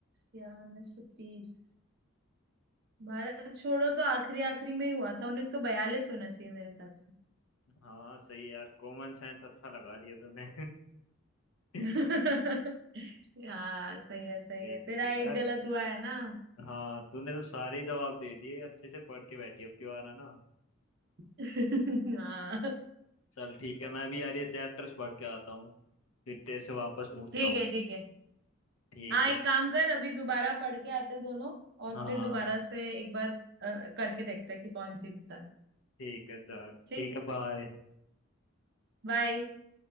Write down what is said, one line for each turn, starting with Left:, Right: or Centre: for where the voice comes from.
Right: या उन्नीस सौ तीस भारत छोड़ो तो आखिरी आखिरी में ही हुआ था उन्नीस सौ बयालीस होना चाहिए मेरे हिसाब से
Left: हाँ सही है यार कॉमन सेंस अच्छा लगा दिया तूने <laughs> ठीक
Right: <laughs> हाँ सही है सही
Left: है
Right: है
Left: ठीक
Right: तेरा एक
Left: है
Right: गलत हुआ है ना
Left: हाँ तूने तो सारे ही जवाब दे दिए अच्छे से पढ़ के बैठी अब की बार है ना
Right: <laughs> हाँ
Left: चल ठीक है मैं भी यार ये चैप्टर्स पढ़ के आता हूँ फिर तेरे से वापस पूछता
Right: ठीक
Left: हूँ
Right: है ठीक है
Left: ठीक
Right: हाँ
Left: है
Right: एक काम कर अभी दोबारा पढ़ के आते हैं दोनों और
Left: हाँ
Right: फिर दोबारा से एक बार अ, करके देखते हैं कि कौन जीतता है
Left: ठीक है चल
Right: ठीक
Left: ठीक है बाय
Right: बाय